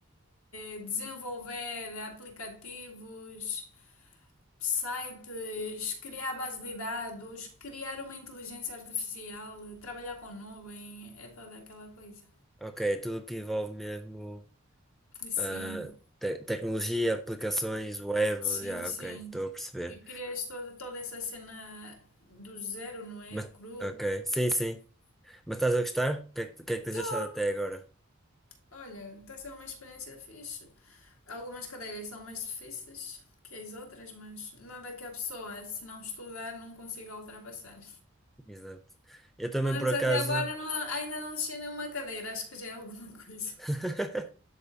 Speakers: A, on the left; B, in the centre.
A: é desenvolver aplicativos, sites, criar base de dados, criar uma inteligência artificial, trabalhar com nuvem, é toda aquela coisa.
B: Ok, tudo que envolve mesmo.
A: E Sim,
B: Ah, te- tecnologia, aplicações, web,
A: sim,
B: ah,
A: sim.
B: ok, estou a perceber.
A: E crias toda, toda essa cena do zero, não é?
B: Mas,
A: Cru.
B: ok, sim, sim. Mas estás a gostar? O que é que, o que é que tens
A: Tô.
B: achado até agora?
A: Olha, está a ser uma experiência fixe. Algumas cadeiras são mais difíceis que as outras, mas nada que a pessoa, se não estudar, não consiga ultrapassar.
B: Exato. Eu também
A: Pelo menos
B: por acaso,
A: até agora não- ainda não deixei nenhuma cadeira, acho que já é alguma coisa.
B: <laughs>